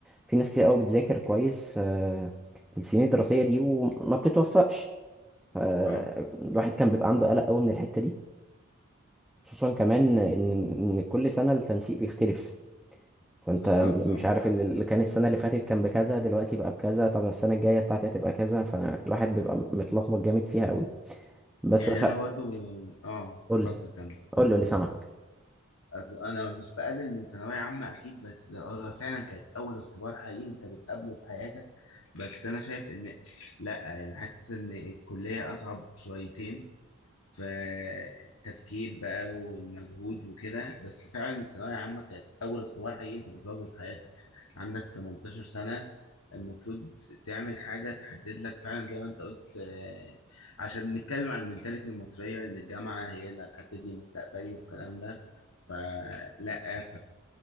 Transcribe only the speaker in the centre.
في ناس كتير قوي بتذاكر كويس آه، السنين الدراسية دي وما بتتوفقش آه،
الواحد كان بيبقى عنده قلق قوي من الحتة دي خصوصا كمان ان ان كل سنة التنسيق بيختلف فانت
م-
مش عارف اللي اللي كان السنة اللي فاتت كان بكذا دلوقتي بقى بكذا طب السنة الجاية بتاعتي هتبقى كذا فالواحد بيبقى متلخبط جامد فيها قوي بس
خل...
قول
لي
قول لي قول لي سامعك